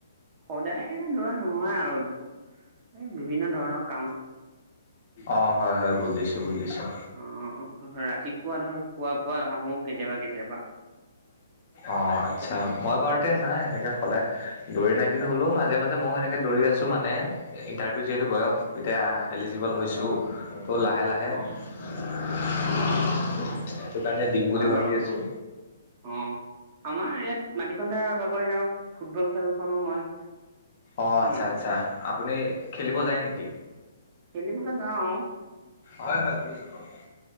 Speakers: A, on the right; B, on the left.
A: সদায় দৌৰা নহয় আৰু এই বিভিন্ন ধৰণৰ কা
B: অ হয় হয় বুজিছোঁ বুজিছোঁ।
A: অ ৰাতিপুৱা ধৰ পুৱা পুৱা আহো কেতিয়াবা কেতিয়াবা
B: অ আচ্ছা
A: উম
B: মই বাৰুতে নাই সেনেকে সদায় দৌৰি নাই কিন্তু হ'লেও মাজে মাজে মই সেনেকে দৌৰি আছো মানে ইণ্টাৰভিউ যিহেতু, বয়স এতিয়া এলিজিবল হৈছোঁ ত' লাহে লাহে
A: অ
B: সেইটো
A: অ
B: কাৰণে দিম
A: হয়
B: বুলি ভাবি
A: বাৰু
B: আছো।
A: অ আমাৰ ইয়াত মাটিকন্দা বাকৰিত আমাৰ ফুটবল খেলখনো হয়।
B: অঁ
A: ন।
B: আচ্ছা আচ্ছা আপুনি খেলিব যায় নেকি?
A: খেলিবলৈ যাওঁ-
B: হয় হয় শুনিছোঁ কওক